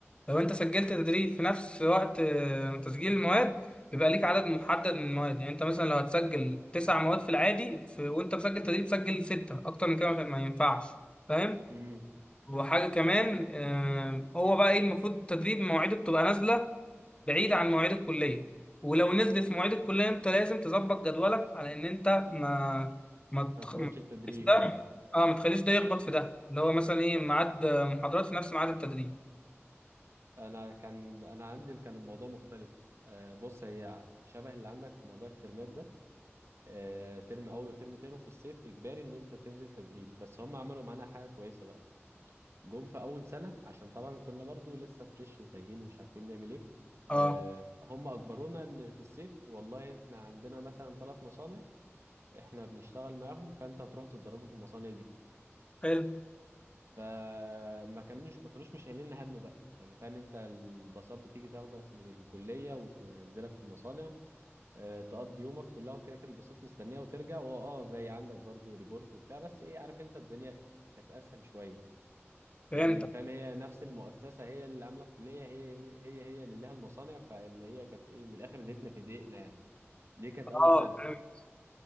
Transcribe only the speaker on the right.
امم
ما
تفوتش
التدريب
اه
انا كان انا عندي كان الموضوع مختلف آه بص هي شبه اللي عندك في موضوع الترمات ده آه ترم اول وترم تاني وفي الصيف اجباري ان انت تنزل تدريب بس هم عملوا معانا حاجة كويسة بقى جم في اول سنه عشان طبعا كنا برضو لسه فريش وتايهين ومش عارفين نعمل ايه آه
هم اجبرونا ان في الصيف والله احنا عندنا مثلا ثلاث مصانع احنا بنشتغل معاهم فانت هتروح تتدربوا في المصانع دي
فما كانوش ما كانوش مش شايلين هم بقى يعني فاهم انت الباصات بتيجي تاخدك من الكليه وتنزلك في المصانع آه تقضي يومك كلها وكده كده الباصات مستنيه وترجع وهو اه زي عندك برضو ريبورت وبتاع بس ايه عارف انت الدنيا كانت اسهل شويه
يعني فاهم هي نفس المؤسسة هي اللي عاملة الكلية هي هي هي اللي ليها المصانع فاللي هي كانت ايه من الآخر زيتنا في دقيقنا يعني دي كانت
أول سنة